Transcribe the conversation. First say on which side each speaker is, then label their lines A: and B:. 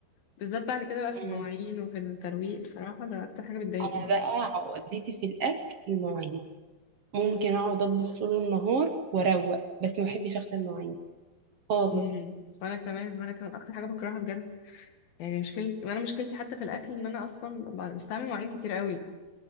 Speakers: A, on the left (about 65°); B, on the right (about 60°).
A: بالذات بعد كده بقى في
B: مم.
A: المواعين وفي الترويق بصراحه ده اكتر حاجه بتضايقني
B: انا بقى عقدتي في الاكل المواعين ممكن اقعد اطبخ طول النهار واروق بس ما بحبش اغسل المواعين خالص
A: امم وانا كمان وانا كمان اكتر حاجه بكرهها بجد يعني مشكلتي وانا مشكلتي حتى في الاكل ان انا اصلا ب- بستعمل مواعين كتير قوي